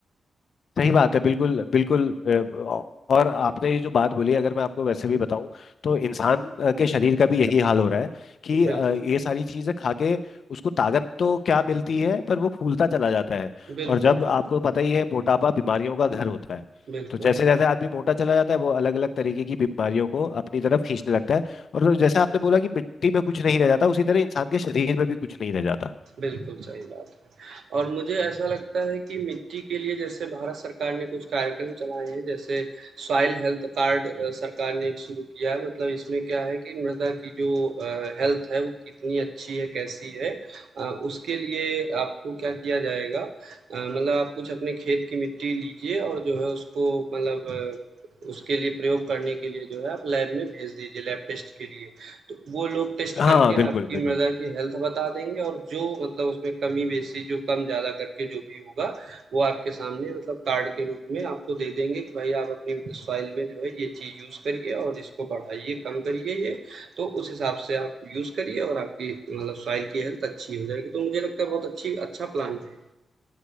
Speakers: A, on the left; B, on the right.
A: सही बात है बिल्कुल बिल्कुल अ, औ- और आपने ये जो बात बोली अगर मैं आपको वैसे भी बताऊं तो इंसान अ, के शरीर का भी यही हाल हो रहा है कि
B: बिल्कुल,
A: अ, ये सारी चीजें खा के उसको ताकत तो क्या मिलती है पर वो फूलता चला जाता है
B: बिल्कुल,
A: और जब
B: बिल्कुल,
A: आपको पता ही है मोटापा बीमारियों का घर होता है
B: बिल्कुल।
A: तो जैसे जैसे आदमी मोटा चला जाता है वो अलग अलग तरीके की बीमारियों को अपनी तरफ खींचने लगता है और फिर जैसे आपने बोला कि मिट्टी में कुछ नहीं रह जाता उसी तरह इंसान के शरीर में भी कुछ नहीं रह जाता
B: बिल्कुल सही बात है। और मुझे ऐसा लगता है कि मिट्टी के लिए जैसे भारत सरकार ने कुछ कार्यक्रम चलाए हैं, जैसे सॉइल हेल्थ कार्ड अ, सरकार ने एक शुरू किया है, मतलब इसमें क्या है कि मृदा की जो अ, हेल्थ है वो कितनी अच्छी है, कैसी है अ, उसके लिए आपको क्या किया जाएगा अ, मतलब आप कुछ अपने खेत की मिट्टी लीजिए और जो है उसको मतलब अ, उसके लिए प्रयोग करने के लिए जो है आप लैब में भेज दीजिए, लैब टेस्ट के लिए। तो वो लोग टेस्ट
A: हाँ
B: करके
A: बिल्कुल
B: आपकी
A: बिल्कुल
B: मदर की हेल्थ बता देंगे और जो मतलब उसमें कमी-बेशी जो कम-ज़्यादा करके जो भी होगा, वो आपके सामने मतलब कार्ड के रूप में आपको दे देंगे कि भाई आप अपनी सॉइल में जो है ये चीज़ यूज़ करिए और इसको बढ़ाइए, कम करिए ये। तो उस हिसाब से आप यूज़ करिए और आपकी मतलब सॉइल की हेल्थ अच्छी हो जाएगी। तो मुझे लगता है बहुत अच्छी अच्छा प्लान है।